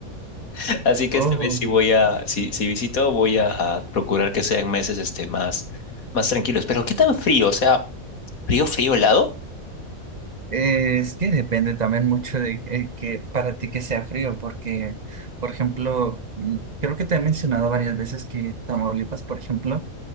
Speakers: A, on the left; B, on the right.
A: <laughs> Así que
B: Oh,
A: esta vez sí voy a, si, si visito, voy a procurar que sean meses este más, más tranquilos. Pero ¿qué tan frío? O sea, frío, frío, helado.
B: eh, es que depende también mucho de eh, que para ti que sea frío, porque, por ejemplo, mm, creo que te he mencionado varias veces que Tamaulipas, por ejemplo,